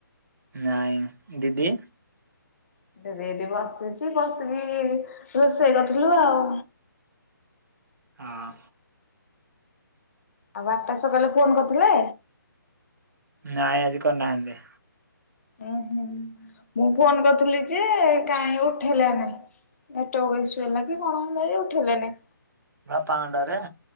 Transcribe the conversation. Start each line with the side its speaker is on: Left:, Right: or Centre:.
Right: ନାଇଁ ଦିଦି
Left: ଦିଦି ଏଇଠି ବସିଛି ବସିକି ରୋଷେଇ କରଥିଲୁ ଆଉ
Right: ହଁ।
Left: ଆଉ ବାପା ସକାଳେ ଫୋନ କରିଥିଲେ?
Right: ନାଇଁ ଆଜି କଣ ନାହାନ୍ତି।
Left: ଉଁ ହୁଁ ମୁଁ ଫୋନ କରିଥିଲି ଯେ କାହିଁ ଉଠେଇଲାନି ନେଟୱାର୍କ ଇସୁ ହେଲା କି କଣ ହେଲା କି ଉଠେଇଲାନି।
Right: ହେ ପାଣ୍ଡାରେ